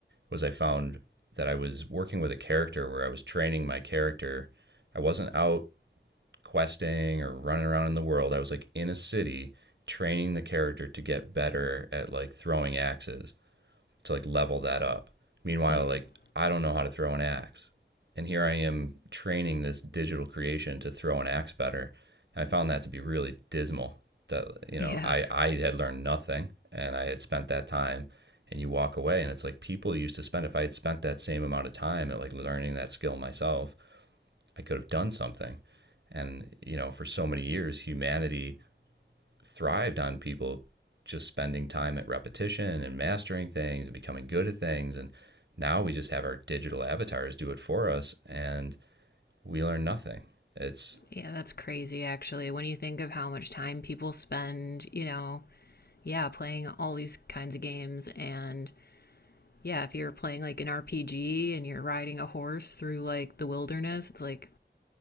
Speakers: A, on the right; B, on the left.
A: was I found that I was working with a character where I was training my character. I wasn't out questing or running around in the world. I was like in a city training the character to get better at like throwing axes to like level that up. Meanwhile,
B: Mm.
A: like
B: <laughs>
A: I don't know how to throw an axe. And here I am training this digital creation to throw an axe better. And I found that to be really dismal that you know,
B: Yeah.
A: I I had learned nothing and I had spent that time and you walk away and it's like people used to spend if I had spent that same amount of time at like learning that skill myself, I could have done something. And you know, for so many years humanity thrived on people just spending time at repetition and mastering things and becoming good at things. And now we just have our digital avatars do it for us and we learn nothing. It's
B: Yeah, that's crazy actually. When you think of how much time people spend, you know, yeah, playing all these kinds of games and yeah, if you're playing like an RPG and you're riding a horse through like the wilderness, it's like